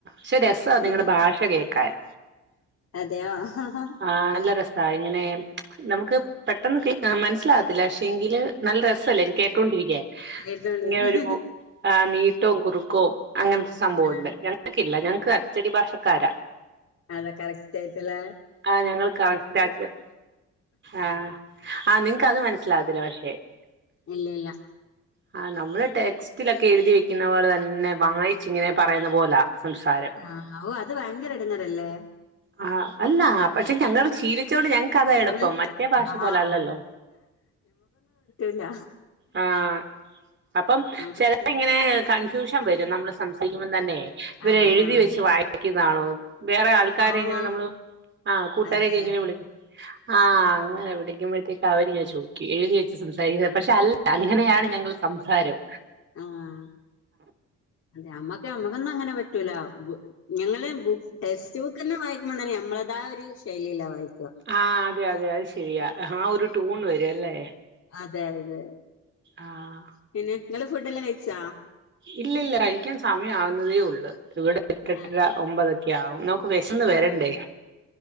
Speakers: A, on the right; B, on the left.
A: ശോ രസാ
B: പിന്നെ
A: നിങ്ങളു ടെ ഭാഷ കേക്കാ ൻ
B: അതെയോ ആഹ്
A: ആഹ നല്ല രസാ ഇങ്ങനെ നമുക്ക് പെട്ടെന്ന് മനസ്സിലാവത്തില്ല പക്ഷെങ്കില് നല്ല രസല്ലേ കേട്ടോണ്ടിരിക്കാൻ
B: കേട്ടോണ്ടിരിക്ക
A: ഇങ്ങനൊരു പോ - ആ നീട്ടവും കുറുക്കവും അങ്ങനത്തെ സംഭവണ്ട്
B: ആഹ്
A: ഞങ്ങക്കില്ല ഞങ്ങക്ക് അച്ചടി ഭാഷ കര
B: അത കറക്റ്റ് ആയിറ്റി ലെ
A: ആഹ് ഞങ്ങൾക്ക്കറക്റ്റാദ്യം ആഹ് ആഹ് നിങ്ങക്കത് മനസ്സിലാവത്തില്ല പക്ഷെ
B: ഇല്ല ഇല്ല
A: ആ നമ്മള് ടെക്സ്റ്റിലൊക്കെ എഴുതി വെക്കുന്ന പോലെ തന്നെ വായിച്ച് ങ്ങനെ ഇങ്ങനെ പറയുന്ന പോലാ സംസാരം
B: ആഹ് ഓ അത് ഭയങ്കര എടങ്ങേറല്ലേ
A: ആ അല്ലാ പക്ഷെ ഞങ്ങള് ചീലിച്ചോണ്ട് ഞങ്ങക്കതാ എളുപ്പം
B: നിങ്ങള്
A: മറ്റേ ഭാഷ
B: ആഹ്
A: പോലെ അല്ലല്ലോ
B: ല്ല
A: ആഹ് അപ്പം
B: നമ്മക്കത്
A: ചിലർ ഇങ്ങനെ കണ്ട രൂ ഷം വരും നമ്മള് സംസാരിക്കുമ്പോ തന്നെ ഇവരെ
B: ആഹ്
A: എഴുതി
B: ആഹ്
A: വെച്ച് വായിക്കു താണോ വേറെ ആൾക്കാരെ
B: ആഹ്
A: ങ്ങനെ നമ്മള് ആ കൂട്ടരൊക്കെ
B: അതെ
A: എങ്ങനെ
B: അതെ
A: വിളിക്ക ആഹ് അങ്ങനെ വിളിക്കുമ്പോഴത്തേക്ക് അവരിങ്ങനെ ചോദിക്കു എഴുതി വെച്ച് സംസാരിക്കുന്നത് പക്ഷെ അല്ല അങ്ങനെയാണ് ഞങ്ങൾ സംസാരം
B: ആഹ് അതെ അമ്മക്ക് അമ്മക്കൊന്നും അങ്ങനെ പറ്റൂല ഞങ്ങള് ബു ടെക്സ്റ്റ്ബു ക്കെന്നെ വായി- ഇപ്പൊ തന്നെ നമ്മുടേതായ ഒരു ശൈലിയിൽ ആയി വന്നേ
A: ആ, അതെ അതെ അത് ശെരിയാ ആ ഒരു ടൂൺ വരും അല്ലേ
B: അതെ അതെ
A: ആഹ്
B: പിന്നെ നിങ്ങള് ഫുഡ് എല്ലാം കഴിച്ചാ
A: ഇല്ല, ഇല്ല കഴിക്കാൻ സമയ ആവുന്നതേ ഉള്ളൂ, ഇവിടെ എട്ടെട്ടര
B: ആഹ്
A: ഒമ്പതൊക്കെ ആകും നമുക്ക് വിശന്ന് വരണ്ടേ
B: ആഹ്